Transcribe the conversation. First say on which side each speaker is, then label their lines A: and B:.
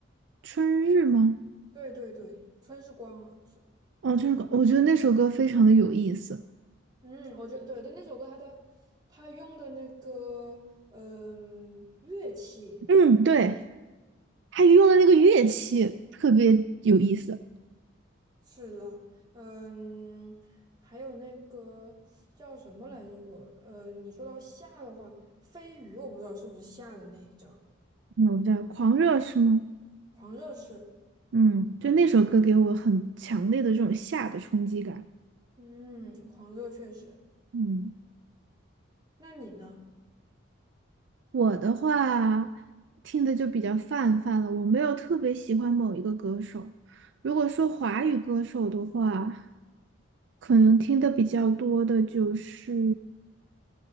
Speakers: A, on the right; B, on the right.
A: 《春日》吗？
B: 对对对，春是光好像是。
A: 哦，春日歌我觉得那首歌非常的有意思。
B: 嗯，我觉得对对，那首歌它的它用的那个嗯、乐器。
A: 嗯，对，他用的那个乐器特别有意思。
B: 是了，嗯，还有那个叫什么来着？我呃，你说到夏的话，飞鱼我不知道是不是夏的那一张，
A: 嗯，我叫狂热是吗？
B: 狂热是，
A: 嗯，就那首歌给我很强烈的这种夏的冲击感。
B: 嗯，狂热确实。
A: 嗯。
B: 那你呢？
A: 我的话听的就比较泛泛了，我没有特别喜欢某一个歌手。如果说华语歌手的话，可能听的比较多的就是，